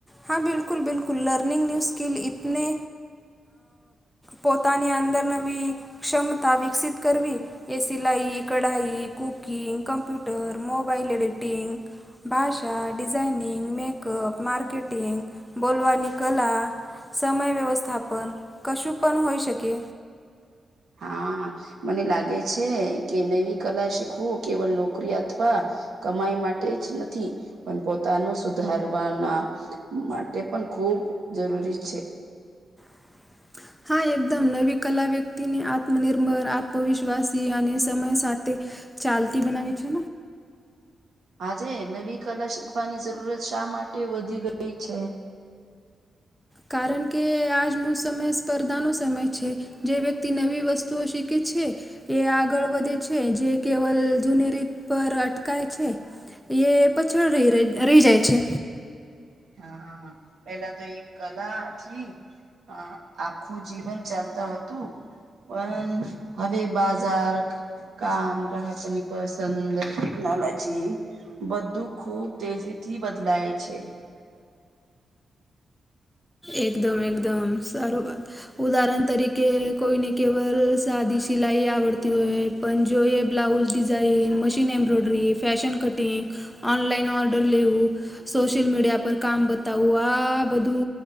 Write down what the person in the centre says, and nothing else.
હા બિકુલ બિલકુ લર્નિંગ યુ સ્કલ તને પોતાની અંદર નવી ક્ષમતા વિકસિત કરવી એ સિલાઈ કઢાઈ કુકિંગ કમ્પ્યુટર મોબાઈલ એડિટિંગ ભાષા ડિઝાઇનિંગ મેકઅપ માર્કેટિંગ બોલવાની કલા સમય વ્યવસ્થાપન કશું પણ હોઈ શકે
<inaudible> હા એકદમ નવી કલા વ્યક્તિને આત્મનિર્ભર આત્મવિશ્વાસી અને સમય સાથે ચાલતી બનાવે છે
કારણ કે આજનો સમય સ્પર્ધાનો સમય છે. જે વ્યક્તિ નવી વસ્તુઓ શીખે છે, એ આગળ વધે છે. જે કેવલ જૂની રીત પર અટકાય છે, એ પછળ રહી રહી રહી જાય છે.
એકદમ એકદમ સારું વાત ઉદાહરણ તરીકે કોઈને કેવલ સાદી સિલાઈ આવડતી હોય પણ જો એ blouse design, machine embroidery, fashion cutting, online order લેવું, સોશિયલ મીડિયા પર કામ બતાવવું આ બધું